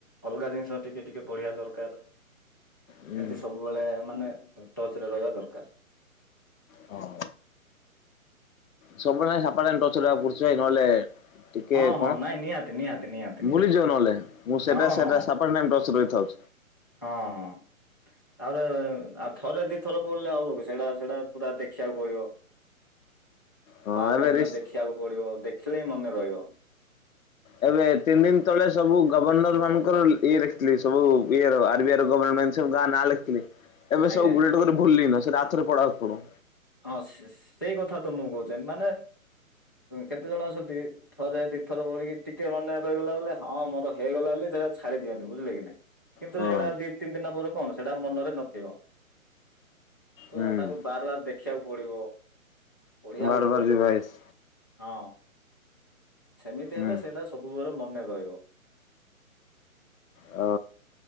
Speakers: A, on the left; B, on the left.
A: ଅଲଗା ଜିନିଷ ଟିକେ ଟିକେ ପଢିବା ଦରକାର।
B: ହୁଁ
A: ଯେମିତି ସବୁବେଳେ ମାନେ ଟଚ ରେ ରହିବା ଦରକାର।
B: ହଁ। ସବୁ ନାହିଁ ସାପା <unintelligible> ନହେଲେ ଟିକେ
A: ହଁ ହଁ
B: କଣ
A: ନାଇଁ ନିହାତି ନିହାତି ନିହାତି ନିହାତି
B: ଭୁଲିଯିବ ନହେଲେ ମୁଁ
A: ହଁ
B: ସେଟା ସେଟା
A: ହଁ
B: ସାପାଟ ନେମ୍ ଟଚ ରହିଥାଉ।
A: ହଁ ହଁ। ତାପରେ ଆଉ ଥରେ ଦିଇଥର ପିଲେ ଆଉ ସେଟା ସେଟା ପୁରା ଦେଖିବାକୁ ପଡିବ।
B: ହଁ
A: ବାରବାର
B: ଏବେ
A: ସେଟା
B: ରିସ୍
A: ଦେଖିବାକୁ ପଡିବ ଦେଖିଲେ ହିଁ ମନେ ରହିବ।
B: ଏବେ ତିନି ଦିନ ତଳେ ସବୁ ଗଭର୍ଣ୍ଣର ମାନଙ୍କର ଇଏ ଲଖିଥିଲି ସବୁ ଇଏ ଆର ବି ଆଇ ର ଗଭଣ୍ଟ <unintelligible> ଗାଁ ନାଁ ଲେଖିଥିଲି ଏବେ
A: ଆଜ୍ଞା
B: ସବୁ
A: ଆଜ୍ଞା।
B: ଗୁଟେ ଭୁଲଲିି ସେ ରା ରେ ପଢାବାକୁ ପଡୁ
A: ହଁ ସେ-ସେ କଥା ତ ମୁଁ କହୁ ମାନେ କେତେ ଜଣ ଅଛନ୍ତି ଥରେ ଦିଥର ପଡିକି ଟିକେ ମନେ ରହିଗଲା ବ ହଁ ମୋର ହେଇଗଲା ବୋଲି ସେଟ ଛାଡ଼ି ଦିଅନ୍ତି ବୁଝିଲେ କି ନାଇଁ? କିନ୍ତୁ
B: ହଁ
A: ସେଇଟା ଦି ତିନି ଦିନ ପରେ କଣ ସେଇଟା ମନରେ ନଥିବ। ତ
B: ହୁଁ।
A: ତାକୁ ବାରବାର ଦେଖିବାକୁ ପଡିବ। ପଢିବାକୁ
B: ବାର
A: ପଡିବ
B: ବାର <unintelligible>
A: ହଁ ସେମିତି
B: ହୁଁ
A: ହେଲେ ସେଇଟା ସବୁବେଳେ ମନେ ରହିବ।
B: ଓ